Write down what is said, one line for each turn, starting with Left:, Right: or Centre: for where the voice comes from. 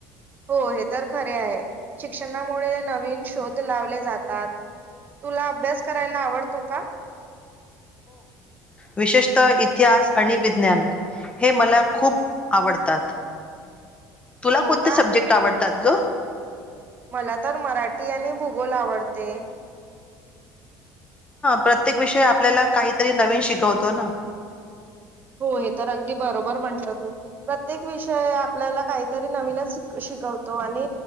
Right: हो हे तर खरे आहे शिक्षणामुळे नवीन शोध लावले जातात तुला अभ्यास करायला आवडतो का हो आवडतो ना
Left: विशेष म्हणजे विज्ञान आणि इतिहास जास्त आवडते हे मला खूप आवडतात तुला
Right: हो
Left: कोणते
Right: का?
Left: सब्जेक्ट आवडतात ग
Right: मला तर मराठी आणि भूगोल आवडते
Left: प्रत्येक विषय हा आपल्याला काहीतरी नवीन शिकवतो
Right: हो हे तर अगदी बरोबर म्हंटलं तू प्रत्येक विषय आपल्याला काहीतरी नवीनच शिकवतो आणि